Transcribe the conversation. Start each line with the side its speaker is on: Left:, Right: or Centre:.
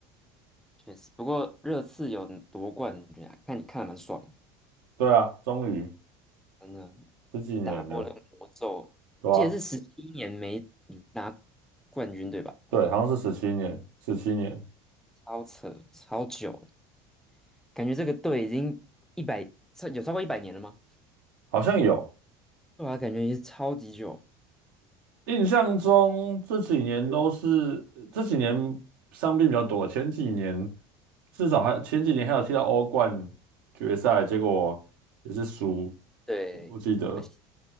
Centre: 确实。不过热刺有夺冠军啊，看看的蛮爽的，
Right: 对啊，终于
Centre: 真的
Right: 十几年了，
Centre: 打破那个魔咒，
Right: 对啊，
Centre: 这也是十七年没拿冠军对吧？
Right: 对，好像是十七年，十七年，
Centre: 超扯，超久欸感觉这个队已经一百，超有超过一百年了吗？
Right: 好像有。
Centre: 对啊，感觉也是超级久，
Right: 印象中这几年都是这几年伤病比较多，前几年至少还前几年还有踢到欧冠决赛，结果也是输，
Centre: 对，
Right: 我我记得
Centre: 可惜